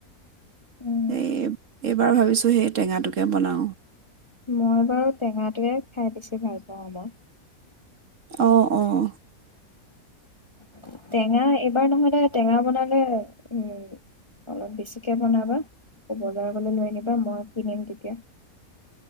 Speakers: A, on the left; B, on the right.
A: উম।
B: এই এবাৰ ভাবিছোঁ সেই টেঙাটোকে বনাওঁ
A: মই বাৰু টেঙাটোৱে খাই বেছি ভাল পাওঁ মই
B: অঁ অঁ
A: <inaudible> টেঙা এইবাৰ নহ'লে টেঙা বনা অলপ বেছিকৈ বনাবা আকৌ বজাৰলৈ লৈ আনিবা মই কিনিম তেতিয়া